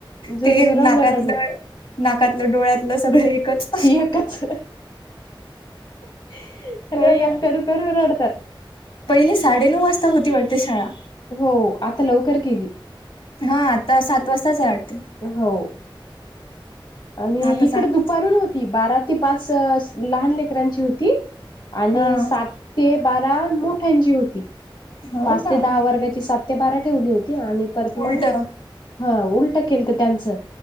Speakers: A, on the left; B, on the left.
A: जोर
B: ते
A: जोरानं
B: नाकातलं
A: रडणं.
B: नाकातलं, डोळ्यातलं, सगळं एकच.
A: ही एकच <unintelligible> सगळं
B: हो ना
A: एक करू- करू रडतात.
B: पहिले साडेनऊ वाजता होती वाटतं, शाळा.
A: हो. आता लवकर केली.
B: हा. आता, सात वाजताच आहे वाटते.
A: हो. आणि
B: आता
A: इकड,
B: चांगलीच
A: दुपारून होत ती. बारा ते पाच, लहान लेकरांची होती. आणि
B: हा
A: सात ते बारा, मोठ्यांची होती.
B: हो
A: पाच
B: का
A: ते दहा वर्गाची, सात ते बारा ठेवली होती. आणि परत
B: उलट
A: मंग हा, उलट केल तर त्यांचं.